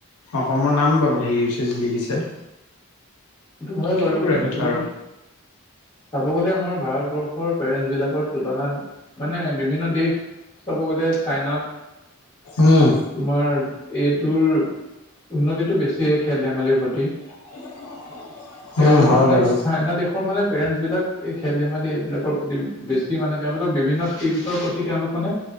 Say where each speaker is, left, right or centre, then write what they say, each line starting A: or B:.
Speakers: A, on the left; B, on the left.
A: অসমৰ নাম বাৰু হেৰি হৈছে জিলিকিছে।
B: সেইটো হয়
A: সেইবোৰে
B: বাৰু কিন্তু।
A: কথা আৰু।
B: চাব গলে আমাৰ ভাৰতবৰ্ষৰ পেৰেন্স বিলাকৰ তুলনাত, মানে বিভিন্ন দেশ চাব গ'লে চাইনাত
A: উম,
B: তোমাৰ এইটোৰ উন্নতিটো বেছি খেল ধেমালিৰ প্ৰতি।
A: <unintelligible>
B: তেওঁলোকৰ
A: উম, হয়
B: মানে
A: বাৰু।
B: চাইনা দেশৰ মানে পেৰেন্টছ বিলাক, এই খেল ধেমালি এইবিলাকৰ প্ৰতি বেছি মানে তেওঁলোকৰ বিভিন্ন স্কিলছৰ প্ৰতি তেওঁলোক মানে,